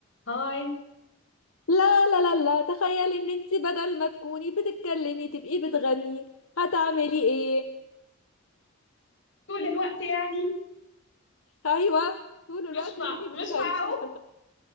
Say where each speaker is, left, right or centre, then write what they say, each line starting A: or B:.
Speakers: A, on the left (about 55°); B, on the left (about 80°).
A: هاي
B: لا لا لا لا تخيلي ان انت بدل ما تكوني بتتكلمي تبقي بتغني هتعملي ايه
A: طول الوقت يعني
B: ايوه طول
A: مش
B: الوقت
A: مع
B: تكوني بتغني
A: مش معقول
B: <laughs>